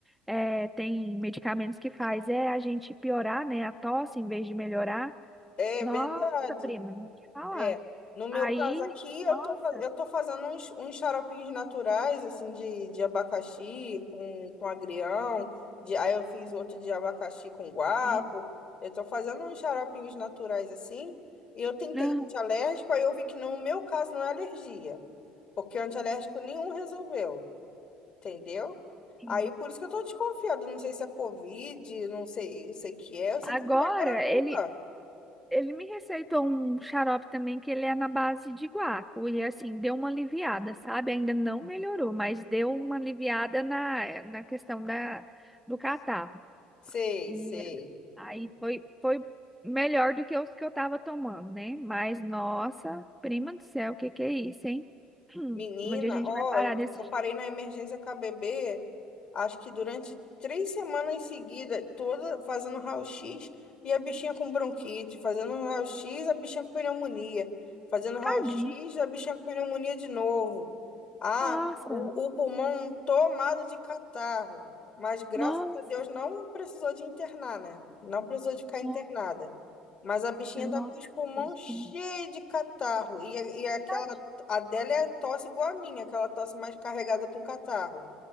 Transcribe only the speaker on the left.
É
verdade.
É. No meu
caso aqui, eu
tô, fa- eu tô fazendo uns, uns xaropinhos naturais, assim, de, de abacaxi com, com agrião. De, aí eu fiz outro de abacaxi com guapo.
Eu tô fazendo uns xaropinhos naturais, assim. E eu tentei
antialérgico, aí eu vi que no meu caso não é alergia. Porque o antialérgico nenhum resolveu. entendeu?
Aí por isso que eu tô desconfiada, não sei se é Covid, não sei, eu sei que é, eu sei
que não melhora nunca.
Sei,
sei.
Menina,
ó,
eu,
eu parei na emergência KBB acho que durante três semanas em seguida, toda fazendo raio-x e a bichinha com bronquite, fazendo raio-x, a bichinha com pneumonia, fazendo raio-x,
a bichinha com pneumonia de novo. Ah,
o, o pulmão tomado de catarro. Mas graças
a Deus não precisou de internar, né? Não precisou de ficar internada.
Mas a bichinha tá
com os pulmões
cheios
de catarro. E, e aquela,
a dela é tosse igual a minha, aquela tosse mais carregada com catarro.